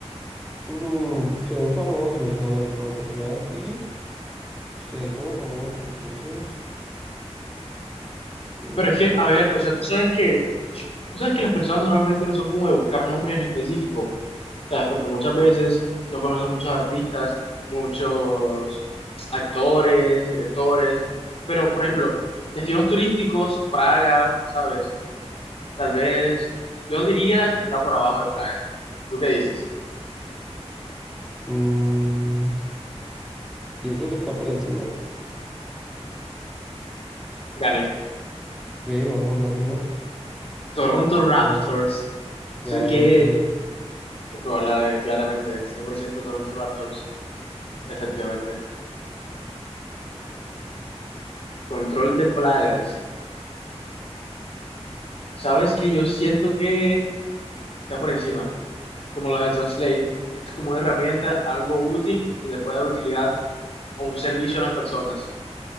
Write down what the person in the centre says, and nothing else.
mm, se ven famosos, a ver, por lo que se ve aquí, se ven como famosos, entonces, mm,
mm, yo creo que está por encima.
Ok, bajo uno arriba.
A ver, claramente,